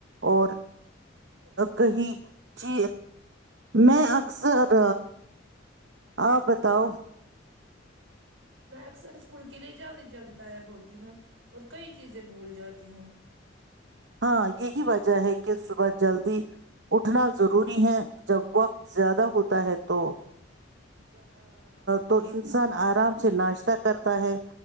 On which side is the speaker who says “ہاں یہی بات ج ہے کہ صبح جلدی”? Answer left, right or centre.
Right